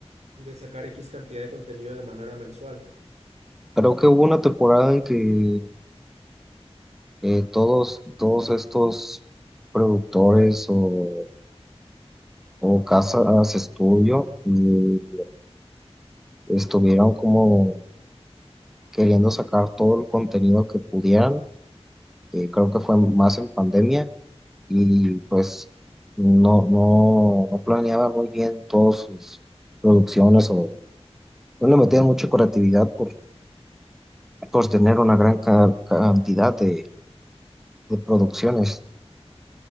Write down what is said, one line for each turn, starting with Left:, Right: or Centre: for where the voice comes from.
Right: de sacar X cantidad de contenido de manera mensual?
Centre: Creo que hubo una temporada en que eh, todos, todos estos productores o, o casas estudio eh, estuvieron como queriendo sacar todo el contenido que pudieran. eh, creo que fue más en pandemia y pues no, no, no planeaba muy bien todas sus producciones o no le metían mucha creatividad por, por tener una gran ca- cantidad de, de producciones.